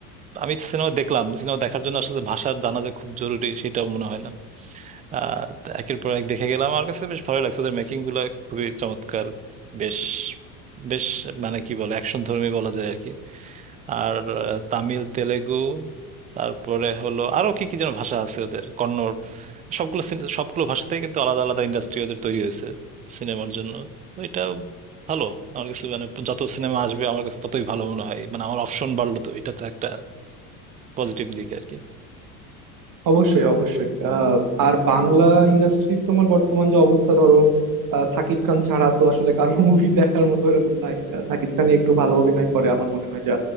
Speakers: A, on the right; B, on the right.
A: আমি সিনেমা দেখলাম সিনেমা দেখার জন্য আসলে ভাষার জানা যে খুব জরুরি সেটাও মনে হয় না আহ তো একের পর এক দেখে গেলাম আমার কাছে বেশ ভালো লাগছে ওদের মেকিং গুলো খুবই চমৎকার বেশ বেশ মানে কি বলে অ্যাকশন ধর্মী বলা যায় আর কি আর আহ, তামিল তেলেগু তারপরে হলো আরো কি কি যেন ভাষা আছে ওদের কন্নড় সবগুলো সিন- সবগুলো ভাষাতেই কিন্তু আলাদা আলাদা ইন্ডাস্ট্রি ওদের তৈরি হয়েছে সিনেমার জন্য তো এটা ভালো আমার কাছে মানে যত সিনেমা আসবে আমার কাছে ততই ভালো মনে হয় মানে আমার অপশন বাড়লো তো এটা তো একটা পজিটিভ দিক আর কি
B: অবশ্যই অবশ্যই আহ, আর বাংলা ইন্ডাস্ট্রির তোমার বর্তমান যে অবস্থা ধরো আহ, সাকিব খান ছাড়া তো আসলে কারোর <laughs> মুভি দেখার মতো এরকম নাই আহ, সাকিব খানই একটু ভালো অভিনয় করে আমার মনে হয় যা